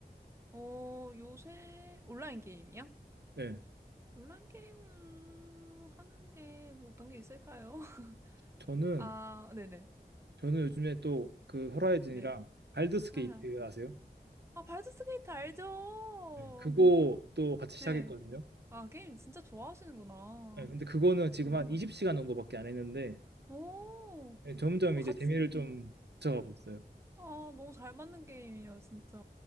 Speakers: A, on the right (about 15°); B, on the right (about 85°).
A: 어, 요새 온라인 게임이요?
B: 네,
A: 온라인 게임 하는 게뭐 어떤 게 있을까요? <laughs>
B: 저는
A: 아, 네네.
B: 저는 요즘에 또 그 호라이즌이랑
A: 네.
B: 발더스 게이트
A: 아,
B: 아세요?
A: 아, 발드 스케이트 알죠?
B: 네, 그거 또 같이 시작했거든요.
A: 네. 아, 게임 진짜 좋아하시는구나.
B: 네, 근데 그거는 지금
A: 네.
B: 한 20시간 정도밖에 안 했는데
A: 오,
B: 네, 점점
A: 그거
B: 이제
A: 같이.
B: 재미를 좀 붙여가고 있어요.
A: 아, 너무 잘 맞는 게임이에요, 진짜.